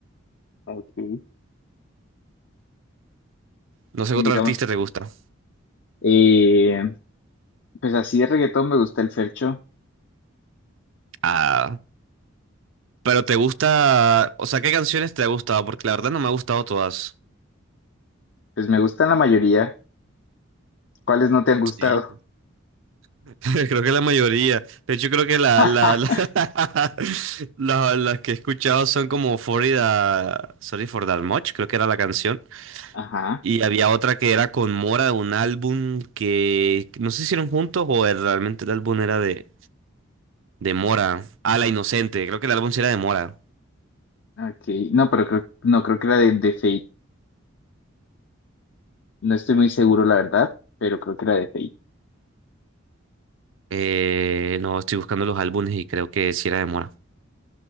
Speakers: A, on the left; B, on the right.
A: Ok.
B: No sé
A: Y
B: qué otro
A: digamos,
B: artista te gusta.
A: eh, pues así de reggaetón me gusta el Fercho.
B: Ah, pero te gusta. O sea, ¿qué canciones te ha gustado? Porque la verdad no me ha gustado todas.
A: Pues me gustan la mayoría. ¿Cuáles no te han gustado?
B: Sí. <laughs> Creo que la mayoría. De hecho, creo que la,
A: <laughs>
B: la, la- <laughs> la- las que he escuchado son como Sorry Sorry for That Much, creo que era la canción.
A: Ajá,
B: Y había otra que era con Mora de un álbum que no sé si hicieron juntos o el- realmente el álbum era de, de Mora. Ah, La Inocente, creo que el álbum sí era de Mora.
A: ok. No, pero creo, no, creo que era de, de Fate. No estoy muy seguro, la verdad, pero creo que era de Fate.
B: Eh, no, estoy buscando los álbumes y creo que sí era de Mora.